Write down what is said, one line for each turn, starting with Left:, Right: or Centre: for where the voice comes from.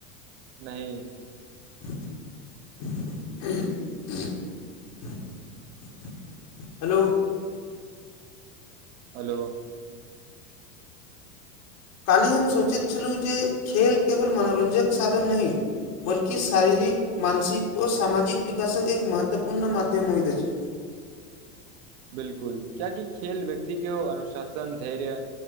Right: नइ
Left: ह ह हलो
Right: हल्लो
Left: काल्हि हम सोचैत छलहुँ जे खेल केवल मनोरञ्जक साधन नय बल्कि शारीरिक मानसिक ओ सामाजिक विकाशक एक महत्वपूर्ण माध्यम होइत अछि
Right: बिलकुल कियाकी खेल व्यक्ति के अनुशासन धैर्य